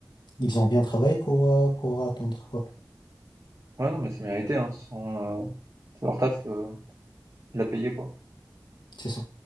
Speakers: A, on the left; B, on the right.
A: ils ont bien travaillé pour euh, pour atteindre. Ouais,
B: Ouais, non, mais c'est mérité, hein, de toute façon, euh, leur taf, euh, il l'a payé, quoi.
A: c'est ça.